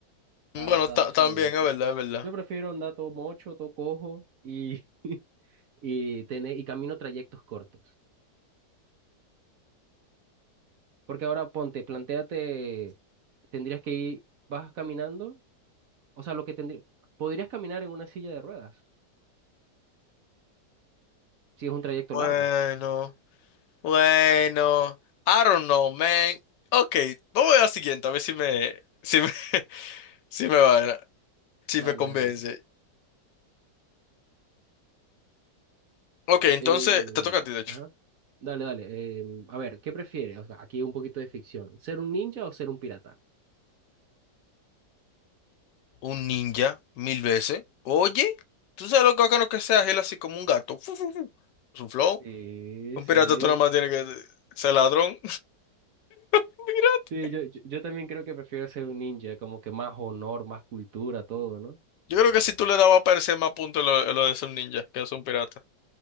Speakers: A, on the right (about 60°); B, on the left (about 75°).
A: Está,
B: bueno,
A: está,
B: ta-
A: está
B: también,
A: duro.
B: es
A: Yo,
B: verdad,
A: yo-
B: es verdad.
A: yo prefiero andar todo mocho, todo cojo y, <laughs> y tener, y camino trayectos cortos. Porque ahora ponte, plantéate, tendrías que ir, vas caminando, o sea, lo que tendría, podrías caminar en una silla de ruedas, si es un trayecto
B: Bueno,
A: largo.
B: bueno, I don't know, man. Ok, vamos a la siguiente, a ver si me, si me, <laughs> si me va, si
A: Dale,
B: me convence.
A: dale.
B: Ok, entonces
A: Eh,
B: te toca a ti, de hecho.
A: ajá. Dale, dale. eh, a ver, ¿qué prefieres? O sea, aquí un poquito de ficción. ¿Ser un ninja o ser un pirata?
B: Un ninja, mil veces. Oye, tú sabes lo bacano que sea él así como un gato. Fu, fu, fu. Es un flow.
A: Sí,
B: Un
A: sí.
B: pirata tú nada más tienes que ser ladrón. <laughs>
A: Sí, yo, yo, yo también creo que prefiero ser un ninja, como que más honor, más cultura, todo, ¿no?
B: Yo creo que si tú le dabas a parecer más puntos lo, lo de ser un ninja que es un pirata.